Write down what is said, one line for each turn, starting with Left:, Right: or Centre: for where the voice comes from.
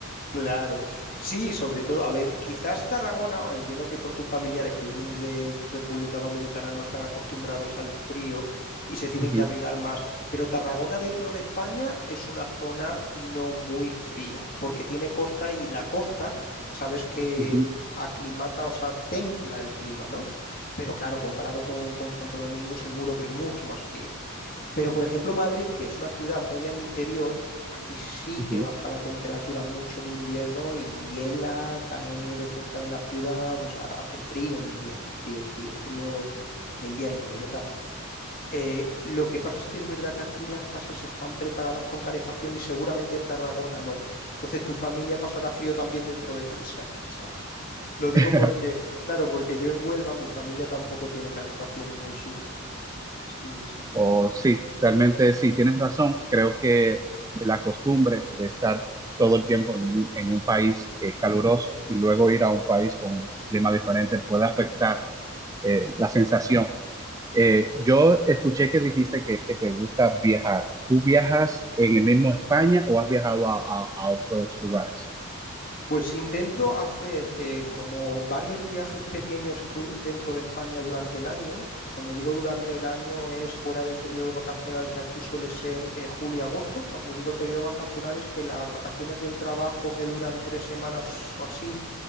Left: Claro. Sí, sobre todo, a ver, quizás Tarragona, o entiendo que por tus familiares que vienen de República Dominicana no están acostumbrados al frío y se tienen
Right: Ujú,
Left: que abrigar más, pero Tarragona dentro de España es una zona no muy fría, porque tiene costa y la costa, sabes que
Right: ujú,
Left: aclimata, o sea, templa el clima, ¿no? Pero claro, comparado con, con Santo Domingo, seguro que es mucho más frío. Pero, por ejemplo, Madrid, que es una ciudad muy al interior, aquí sí
Right: ujú.
Left: que baja la temperatura mucho en invierno y hiela, cae nieve cerca de la ciudad, o sea, hace frío en invierno, frío, frío, frío de invierno, de verdad. Eh, lo que pasa es que es verdad que aquí las casas están preparadas con calefacción y seguramente en Tarragona no. Entonces tu familia pasará frío también dentro de casa, <laughs> ¿sabes? Lo digo
Right: <laughs>
Left: porque, claro, porque yo en Huelva mi familia tampoco tiene calefacción en el sur. Sí, sí, sí.
Right: O sí, realmente sí, tienes razón. Creo que la costumbre de estar todo el tiempo en, en un país eh, caluroso y luego ir a un país con un clima diferente puede afectar eh, la sensación. Eh, yo escuché que dijiste que, que te gusta viajar. ¿Tú viajas en el mismo España o has viajado a, a- a otros lugares?
Left: Pues intento hacer eh, como varios viajes pequeños du- dentro de España durante el año. O sea, cuando digo durante el año es fuera del periodo vacacional que aquí suele ser eh, julio y agosto. Cuando digo el periodo vacacional es que las vacaciones del trabajo que duran tres semanas o así